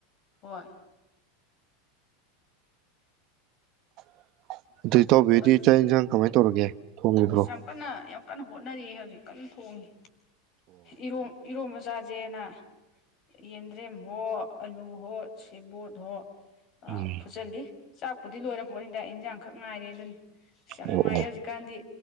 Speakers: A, on the left (about 35°); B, on the right (about 45°).
A: ꯍꯣꯏ
B: <inaudible> ꯑꯗꯨꯏ ꯏꯇꯧꯕꯤꯗꯤ
A: ꯑꯁ
B: ꯆꯥꯛ ꯌꯦꯟꯁꯥꯡ ꯀꯃꯥꯏꯅ ꯇꯧꯔꯒꯦ ꯊꯣꯡꯉꯕ꯭ꯔꯣ
A: ꯌꯥꯝ ꯀꯟꯅ ꯌꯥꯝ ꯀꯟꯅ ꯍꯣꯠꯅꯔꯤ ꯍꯧꯖꯤꯛ ꯀꯟꯅ ꯊꯣꯡꯉꯤ ꯏꯔꯣꯝ ꯏꯔꯣꯝꯕ ꯆ ꯆꯖꯦꯅ ꯌꯦꯟꯗ꯭ꯔꯦꯝ ꯍꯣ ꯑꯂꯨ ꯍꯣꯠ ꯁꯦꯕꯣꯠ ꯍꯣꯠ ꯑ
B: ꯎꯝ
A: ꯐꯆ ꯆꯥꯛꯄꯨꯗꯤ ꯂꯣꯏꯔꯛꯄꯣꯅꯤꯗ ꯏꯟꯖꯥꯡꯈꯛ ꯉꯥꯏꯔꯦ <inaudible> ꯑꯁ ꯌꯥꯝ
B: ꯑꯣ
A: ꯅꯨꯡꯉꯥꯏꯔꯦ
B: ꯑꯣ
A: ꯍꯧꯖꯤꯛꯀꯥꯟꯗꯤ